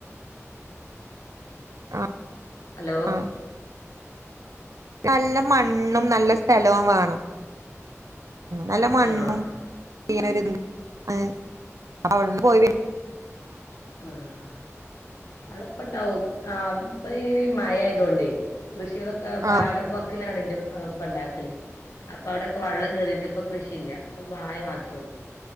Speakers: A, on the right; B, on the left.
A: ആഹ്
B: ഹലോ
A: ആഹ് നല്ല മണ്ണും നല്ല സ്ഥലവും വേണം നല്ല മണ്ണും
B: ആഹ്
A: <unintelligible> ഇങ്ങനെ <unintelligible> അവിടെന്ന് പോയി വര
B: ആഹ അടെപ്പണ്ടാവും ആ ഇപ്പ മയയായതോണ്ട് കൃഷിയിടൊക്കെ പാട
A: ആഹ്
B: വക്കിനാണന്റെ ഇപ്പ ഉണ്ടാക്കല് അപ്പൊ അവിടെക്കെ വെള്ളം കേറിയിട്ട് ഇപ്പൊ കൃഷിയില്ല അപ്പൊ വായ മാത്രേ ഉള്ളൂ